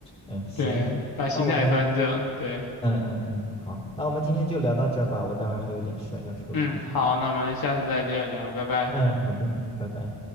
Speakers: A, on the left; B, on the left.
A: 嗯，行，
B: 对，把心态端正，
A: 那我们。
B: 对，
A: 嗯嗯嗯，好，那我们今天就聊到这儿吧，我待会儿还有点事儿要处理一下。
B: 嗯，好，那我们下次再接着聊，拜拜。
A: 嗯，好的，嗯，拜拜。